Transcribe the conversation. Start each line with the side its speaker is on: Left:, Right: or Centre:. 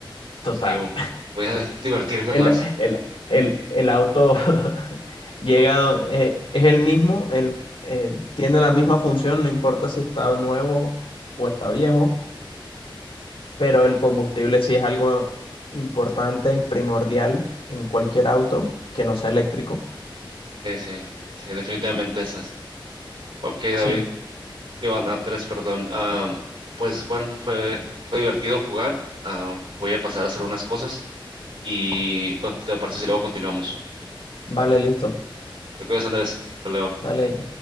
Left: Total.
Right: Sí, u- voy a <laughs> divertirme
Left: El,
Right: más.
Left: el, el, el auto <laughs> llegado eh, es el mismo, el, el- tiene la misma función, no importa si está nuevo o está viejo, pero el combustible sí es algo i- importante, primordial en cualquier auto que no sea eléctrico.
Right: Sí, sí, sí, definitivamente esas. Ok, David.
Left: Sí,
Right: Digo, And- Andrés, perdón. Am, pues bueno, fue, fue divertido jugar. Ah, voy a pasar a hacer unas cosas y bueno, ¿te parece si luego continuamos?
Left: vale, listo.
Right: Te cuidas, Andrés. Hasta luego.
Left: Dale,